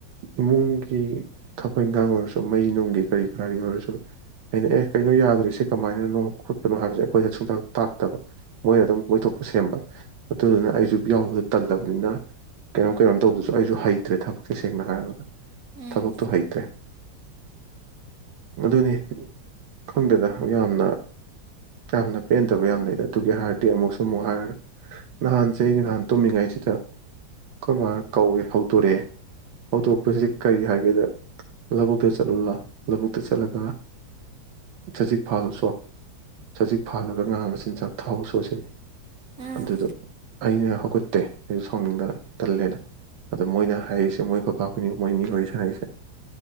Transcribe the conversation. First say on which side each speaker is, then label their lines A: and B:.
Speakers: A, on the right; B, on the right.
A: ꯏꯃꯨꯡꯒꯤ ꯊꯕꯛ ꯏꯪꯈꯥꯡ ꯑꯣꯏꯔꯁꯨ ꯃꯩ ꯅꯨꯡꯒꯤ ꯀꯔꯤ ꯀꯔꯥꯒꯤ ꯑꯣꯏꯔꯁꯨ ꯑꯩꯅ ꯑꯦ ꯀꯩꯅꯣ ꯌꯥꯗ꯭ꯔꯤꯁꯦ ꯀꯃꯥꯏꯅꯅꯣ ꯈꯣꯠꯄꯅꯣ ꯍꯥꯏꯕꯁꯦ ꯑꯩꯈꯣꯏꯗ ꯁꯨꯡꯇꯥꯛ ꯇꯥꯛꯇꯕ ꯃꯣꯏꯗ ꯑꯗꯨꯝ ꯑꯣꯏꯣꯏꯊꯣꯛꯄ ꯁꯦꯝꯕ ꯑꯗꯨꯗꯨꯅ ꯑꯩꯁꯨ ꯌꯥꯎꯕꯗ ꯇꯜꯂꯕꯅꯤꯅ ꯀꯩꯅꯣꯝ ꯀꯩꯅꯣꯝ ꯇꯧꯕꯗꯁꯨ ꯑꯩꯁꯨ ꯍꯩꯇ꯭ꯔꯦ ꯊꯕꯛꯁꯦ ꯁꯦꯡꯅ ꯍꯥꯏꯔꯕꯗ
B: ꯎꯝ
A: ꯊꯕꯛꯇꯣ ꯍꯩꯇ꯭ꯔꯦ ꯑꯗꯨꯅꯤ ꯈꯪꯗꯦꯗ ꯌꯥꯝꯅ ꯌꯥꯝꯅ ꯄꯦꯟꯗꯕ ꯌꯥꯝ ꯂꯩ ꯑꯗꯨꯒꯤ ꯍꯥꯏꯔꯗꯤ ꯑꯃꯨꯛꯁꯨ ꯑꯃꯨꯛ ꯍꯥꯏꯔ ꯅꯍꯥꯟꯁꯦ ꯑꯩꯩꯅ ꯅꯍꯥꯟ ꯇꯨꯝꯃꯤꯉꯩꯁꯤꯗ ꯀꯃꯥꯏꯅ ꯀꯧꯋꯦ ꯍꯧꯗꯣꯔꯛꯑꯦ ꯍꯧꯗꯣꯛꯄꯁꯤꯗ ꯀꯔꯤ ꯍꯥꯏꯒꯦꯗ ꯂꯧꯕꯨꯛꯇ ꯆꯠꯂꯨ ꯂꯥꯛꯑꯣ ꯂꯧꯕꯨꯛꯇ ꯆꯠꯂꯒ ꯁꯖꯤꯛ ꯐꯥꯜꯂꯨꯁꯣ ꯁꯖꯤꯛ ꯐꯥꯜꯂꯒ ꯉꯥ ꯃꯆꯤꯟꯖꯥꯛ ꯊꯥꯎ ꯁꯣ ꯁꯤꯅꯤ
B: ꯎꯝ ꯎꯝ
A: ꯑꯗꯨꯗ ꯑꯩꯅ ꯍꯧꯒꯠꯇꯦ ꯑꯩꯁꯨ ꯁꯥꯎꯅꯤꯡꯗ ꯇꯜꯂꯦꯅ ꯑꯗꯣ ꯃꯣꯏꯅ ꯍꯥꯏꯔꯤꯁꯦ ꯃꯣꯏ ꯀꯕꯥꯈꯣꯏꯅꯤ ꯃꯣꯏꯅꯤ ꯍꯣꯏꯔꯤꯁꯦ ꯍꯥꯏꯔꯤꯁꯦ